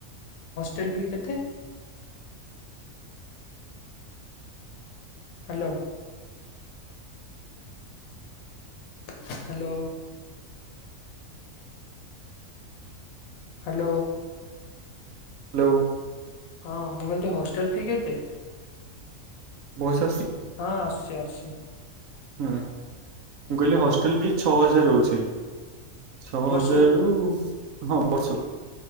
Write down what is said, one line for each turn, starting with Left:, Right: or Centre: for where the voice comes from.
Left: ଟେଲଫି କେତେ? ହ୍ୟାଲୋ। ହ୍ୟାଲୋ। ହ୍ୟାଲୋ।
Right: ହ୍ୟାଲୋ।
Left: ହଁ ମଙ୍ଗଲ ତୋ ହଷ୍ଟେଲ ଫି କେତେ?
Right: ମଉସସ୍
Left: ହଁ ଆସଚି ଆସୁଚି।
Right: ହୁଁ ମୁଁ କହିଲି ହଷ୍ଟେଲ ଫିସ୍ ଛଅ ହଜାର ରହୁଚି। ଛଅ
Left: ବର୍ଷକୁ
Right: ହଜାରରୁ ହଁ ବର୍ଷକୁ।